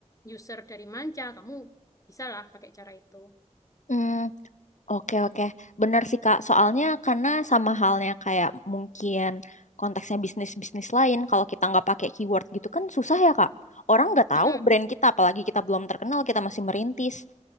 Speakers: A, on the left; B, on the left.
A: user dari manca, kamu bisa lah pakai cara itu.
B: hmm, oke oke, benar sih Kak. Soalnya karena sama halnya kayak mungkin konteksnya bisnis-bisnis lain, kalau kita nggak pakai keyword gitu kan susah ya Kak. Orang nggak tahu
A: Mm-mm,
B: brand kita, apalagi kita belum terkenal, kita masih merintis.